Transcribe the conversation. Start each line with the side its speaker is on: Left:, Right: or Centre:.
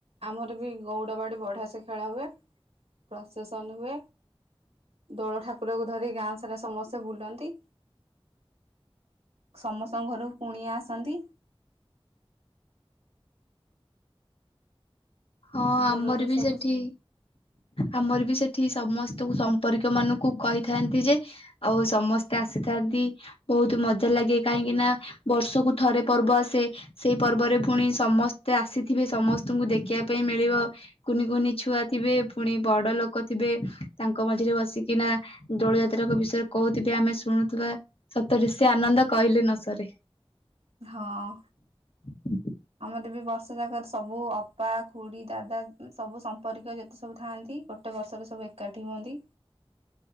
Right: ଆମର ବି ଗଉଡ ବାଡି ବଢିଆ ସେ ଖେଳ ହୁଏ ପ୍ରଶାସନ ହୁଏ ଦୋଳ ଠାକୁରକୁ ଧରି ଗାଁ ସାରା ସମସ୍ତେ ବୁଲନ୍ତି ସମସ୍ତଙ୍କ ଘର କୁଣିଆ ଆସନ୍ତି
Left: ହଁ
Right: ଦୂରରୁ
Left: ଆମର ବି
Right: ସବୁ
Left: ସେଠି ଆମର ବି ସେଠି ସମସ୍ତଙ୍କୁ ସମ୍ପର୍କୀୟ ମାନଙ୍କୁ କହିଥାନ୍ତି ଯେ ଆଉ ସମସ୍ତେ ଆସିଥାନ୍ତି ବହୁତ ମଜା ଲାଗେ କାହିଁକି ନା ବର୍ଷକୁ ଥରେ ପର୍ବ ଆସେ ସେଇ ପର୍ବରେ ପୁଣି ସମସ୍ତେ ଆସିଥିବେ ସମସ୍ତଙ୍କୁ ଦେଖ ଦେଖିବା ପାଇଁ ମିଳିବ କୁନି କୁନି ଛୁଆ ଥିବେ ପୁଣି ବଡ ଲୋକ ଥିବେ ତାଙ୍କ ମଝିରେ ବସିକିନା ଦୋଳ ଯାତ୍ରା ବିଷୟରେ କହୁଥିବେ ଆମେ ଶୁଣୁଥିବା ସତରେ ସେ ଆନନ୍ଦ କହିଲେ ନ ସରେ
Right: ହଁ
Left: ହୁଁ
Right: ମୋତେ ବି ବର୍ଷ ଜାକ ସବୁ ଅପା ଖୁଡି ଦାଦା ସବୁ ସମ୍ପର୍କୀୟ ଯେତେ ସବୁ ଥାଆନ୍ତି ଗୋଟେ ବର୍ଷରେ ସବୁ ଏକାଠି ହୁଅନ୍ତି